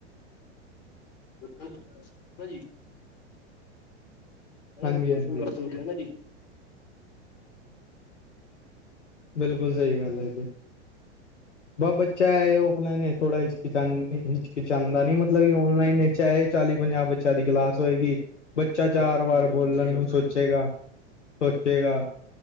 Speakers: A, on the left; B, on the left.
A: ਹਨਾ ਜੀ, ਹਨਾ
B: ਹਾਂਜੀ
A: ਜੀ, ਕੁਛ
B: ਹਾਂਜੀ
A: ਵੀ ਕਰ ਸਕਦੇ ਔ ਨਾ ਜੀ?
B: ਬਿਲਕੁਲ ਸਈ ਗੱਲ ਏ ਜੀ। ਬਾਹ ਬੱਚਾ ਏ, ਔਫਲਾਈਨ ਇੱਚ ਥੋੜਾ ਹਿਚਕੀਚਾਨ ਹਿਚਕਿਚਾਂਦਾ ਨਈ ਮ ਮਤਲਬ ਔਨਲਾਈਨ ਨੇ ਚਾਹੇ ਚਾਲੀ- ਪੰਜਾਹ ਬੱਚਿਆਂ ਦੀ ਕਲਾਸ ਹੋਏਗੀ। ਬੱਚਾ
A: ਹੈਲੋ
B: ਚਾਰ ਵਾਰ
A: ਹਾਂਜੀ ਹਾਂਜੀ
B: ਬੋਲਣ
A: ਸਹੀ
B: ਨੂੰ
A: ਗੱਲ
B: ਸੋਚੇਗਾ।
A: ਹੈ
B: ਸੋਚੇਗਾ।